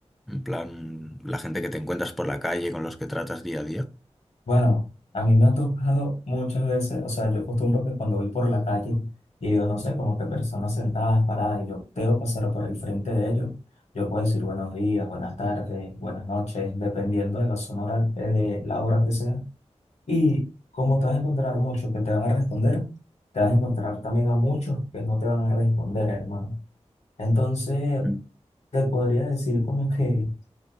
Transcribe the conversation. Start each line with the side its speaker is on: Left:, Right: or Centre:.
Centre: En plan, la gente que te encuentras por la calle, con los que tratas día a día.
Left: Bueno, a mí me ha tocado muchas veces, o sea, yo acostumbro que cuando voy por la calle y veo, no sé, como que personas sentadas, paradas, y yo tengo que pasar por el frente de ellos, yo puedo decir buenos días, buenas tardes, buenas noches, dependiendo de la zona, hora- eh, de la hora que sea. Y como te vas a encontrar muchos que te van a responder, te vas a encontrar también a muchos que no te van a responder, hermano. Entonces,
Centre: Mm.
Left: te podría decir como que